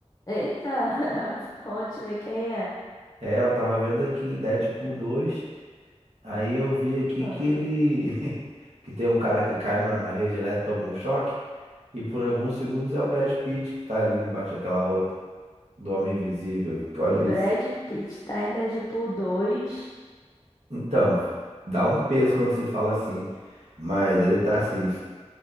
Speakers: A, on the left (about 30°); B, on the right (about 70°).
A: Eita, <laughs> conte-me quem é.
B: É, eu tava vendo aqui Deadpool 2, aí eu vi aqui
A: Ah,
B: que ele. <laughs> que tem um cara que cai na, na rede elétrica, toma um choque, e por alguns segundos é o Brad Pitt que tá ali embaixo daquela roupa do Homem Invisível. Olha
A: o Brad
B: isso.
A: Pitt tá em Deadpool 2.
B: Então, dá um peso quando se fala assim. Mas ele tá assim.